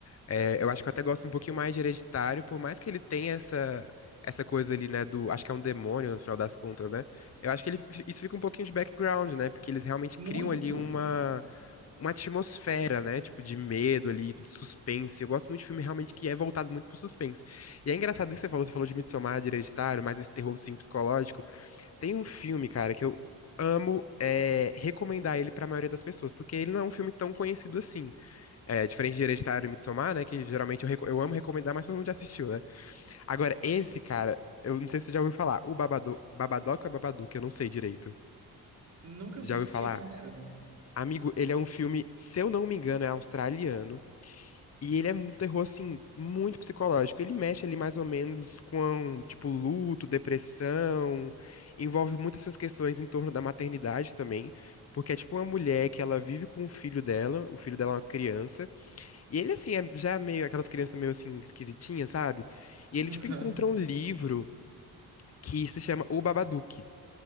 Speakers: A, on the left (about 40°); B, on the right (about 45°).
A: É, eu acho que eu até gosto um pouquinho mais de Hereditário, por mais que ele tenha essa, essa coisa ali, né, do, acho que é um demônio no final das contas, né? Eu acho que ele, isso fica um pouquinho de background, né? Porque eles realmente
B: Muito!
A: criam ali uma, uma atmosfera, né? Tipo, de medo ali, de suspense. Eu gosto muito de filme realmente que é voltado muito pro suspense. E é engraçado isso que você falou, você falou de Midsommar, de Hereditário, mas esse terror, assim, psicológico. Tem um filme, cara, que eu amo é, recomendar ele pra maioria das pessoas, porque ele não é um filme tão conhecido assim. É, diferente de Hereditário e Midsommar, né? Que geralmente eu, reco- eu amo recomendar, mas todo mundo já assistiu, né? Agora, esse cara, eu não sei se você já ouviu falar, o Babado, Babadook ou é Babadook, eu não sei direito.
B: Nunca
A: Já
B: assisti,
A: ouviu falar?
B: cara.
A: Amigo, ele é um filme, se eu não me engano, é australiano. E ele é um terror, assim, muito psicológico. Ele mexe ali mais ou menos com, tipo, luto, depressão. Envolve muitas essas questões em torno da maternidade também. Porque é tipo uma mulher que ela vive com o filho dela, o filho dela é uma criança. E ele, assim, é já meio aquelas crianças meio assim, esquisitinhas, sabe? E ele,
B: <laughs>
A: tipo, encontra um livro que se chama O Babadook.